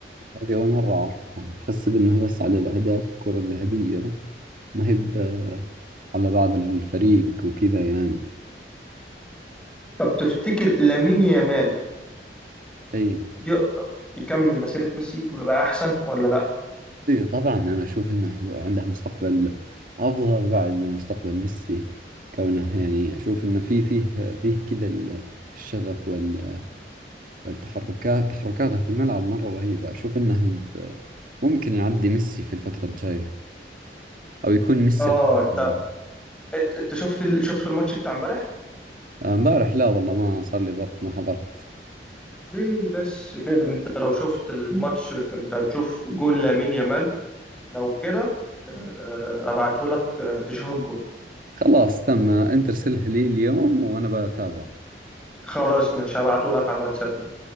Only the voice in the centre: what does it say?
طب تفتكر لامين يامال
يقدر يكمل مسيره ميسي ويبقى احسن ولا لا
اه
انت
انت أنت شفت ال... شفت الماتش بتاع امبارح
ليه بس كده انت لو شفت الماتش كنت هتشوف جون لامين يامال لو كده آه، ابعته لك آه، تشوف الجون
خلاص ماشي هبعته لك على الواتساب